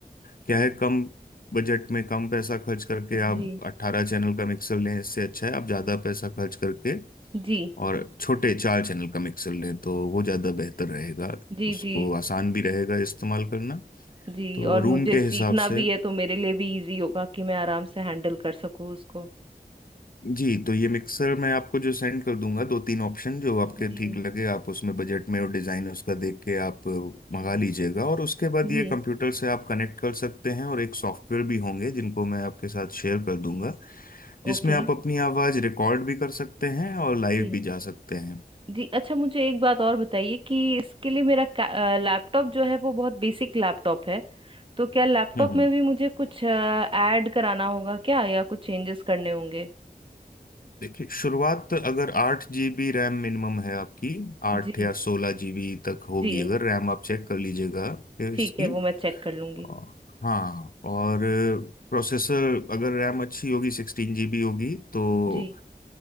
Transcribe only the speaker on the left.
क्या है कम बजट में कम पैसा खर्च करके
आप अट्ठारह चैनल का मिक्सर लें इससे अच्छा है आप ज़्यादा पैसा खर्च करके
और छोटे चार चैनल का मिक्सर लें तो वो ज़्यादा बेहतर रहेगा
उसको
आसान भी रहेगा इस्तेमाल करना
तो
रूम
के
हिसाब से
जी तो ये मिक्सर मैं आपको जो सेंड कर दूंगा दो तीन ऑप्शन जो आपके
ठीक लगे आप उसमें बजट में और डिज़ाइन उसका देख के आप
मंगा लीजिएगा और उसके बाद
ये कंप्यूटर से आप कनेक्ट कर सकते हैं और एक सॉफ्टवेयर भी होंगे जिनको मैं आपके साथ शेयर कर दूंगा जिसमें
आप अपनी आवाज़ रिकॉर्ड भी कर सकते हैं और लाइव
भी जा सकते हैं
हम्म हम्म
देखिए शुरुआत अगर आठ जीबी रैम मिनिमम है आपकी आठ
या सोलह जीबी तक होगी
अगर रैम आप चेक कर लीजिएगा
इसकी
और- हाँ और प्रोसेसर अगर रैम अच्छी होगी सिक्सटीन जीबी होगी तो